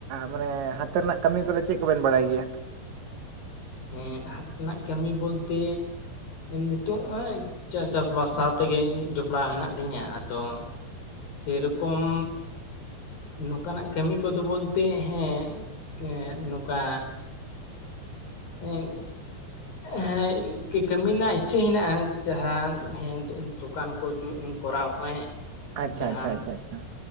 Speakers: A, on the right; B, on the left.
A: ᱢᱟᱱᱮ ᱦᱟᱛᱮ ᱨᱮᱱᱟᱜ ᱠᱟᱹᱢᱤ ᱠᱚᱫᱚ ᱪᱮᱫ ᱠᱚᱵᱮᱱ ᱵᱟᱲᱟᱭ ᱜᱮᱭᱟ? <inaudible>
B: ᱦᱮᱸ ᱦᱟᱛᱽ ᱨᱮᱱᱟᱜ ᱠᱟᱹᱢᱤ ᱵᱚᱞᱛᱮ ᱱᱤᱛᱚᱜ ᱪᱟᱥᱵᱟᱥ ᱥᱟᱶ ᱛᱮᱜᱮ ᱡᱚᱯᱲᱟᱣ ᱦᱮᱱᱟᱜ ᱞᱤᱧᱟᱹ ᱟᱫᱚ ᱥᱮᱨᱚᱠᱚᱢ ᱱᱚᱠᱟᱱᱟᱜ ᱠᱟᱹᱢᱤ ᱠᱚᱫᱚ ᱵᱚᱞᱛᱮ ᱦᱮᱸ ᱱᱚᱠᱟ᱾ ᱦᱮᱸ ᱦᱮᱸ ᱠᱟᱹᱢᱤ ᱨᱮᱱᱟᱜ ᱤᱪᱪᱷᱟᱹ ᱦᱮᱱᱟᱜᱼᱟ ᱡᱟᱦᱟᱸ ᱦᱮᱸ ᱫᱚᱠᱟᱱ ᱠᱚ ᱡᱩᱛ᱾ ᱠᱚᱨᱟᱣ ᱦᱚᱸᱭ
A: ᱟᱪᱪᱷᱟ
B: ᱡᱟᱦᱟᱱ
A: ᱟᱪᱪᱷᱟ ᱟᱪᱪᱷᱟ ᱟᱪᱪᱷᱟ